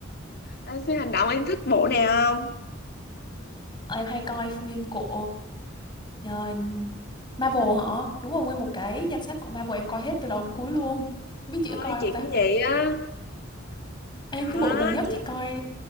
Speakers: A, on the left (about 55°); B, on the left (about 25°).
A: Ờ, phim hành động em thích bộ nào không?
B: Ờ, Em hay coi phim của ờ, Marvel hả? Đúng rồi, nguyên một cái danh sách của Marvel em coi hết từ đầu đến cuối luôn. Không biết chị có coi
A: Thôi chị
B: không ta?
A: cũng vậy á.
B: Ê,
A: Có,
B: cái bộ gần nhất
A: chị
B: chị coi